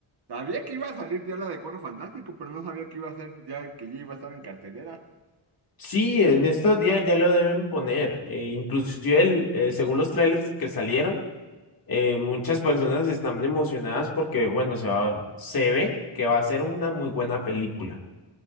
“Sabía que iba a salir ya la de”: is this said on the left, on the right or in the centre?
Right